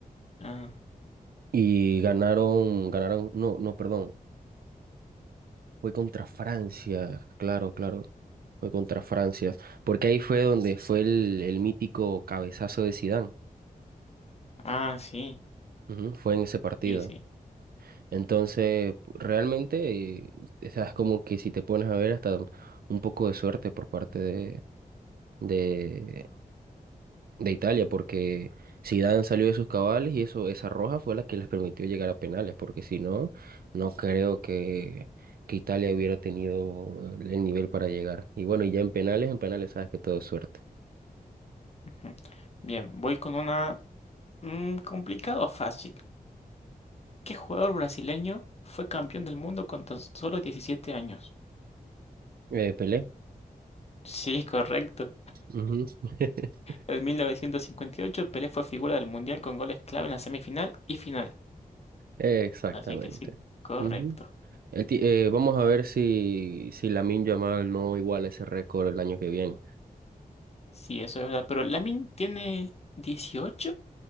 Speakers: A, on the left; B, on the right.
A: Ah,
B: Y ganaron, ganaron, no, no, perdón. Fue contra Francia, claro, claro. Fue contra Francia. Porque ahí fue donde fue el, el mítico cabezazo de Zidane.
A: ah, sí.
B: Ujú, fue en ese partido.
A: Sí, sí.
B: Entonces, p- realmente, eh, o sea, es como que si te pones a ver, hasta un poco de suerte por parte de, de, de Italia, porque Zidane salió de sus cabales y eso, esa roja fue la que les permitió llegar a penales, porque si no, no creo que, que Italia hubiera tenido el nivel para llegar. Y bueno, y ya en penales, en penales sabes que todo es suerte.
A: ujú. Bien, voy con una mm, complicado o fácil. ¿Qué jugador brasileño fue campeón del mundo con tan solo 17 años?
B: Eh, Pelé.
A: Sí, correcto.
B: Ujú. <laughs>
A: En 1958 Pelé fue figura del Mundial con goles clave en la semifinal y final.
B: Exactamente.
A: Así que sí, correcto.
B: Ujú. El ti- eh, vamos a ver si, si Lamine Yamal no iguala ese récord el año que viene.
A: Sí, eso es verdad. Pero Lamin tiene 18.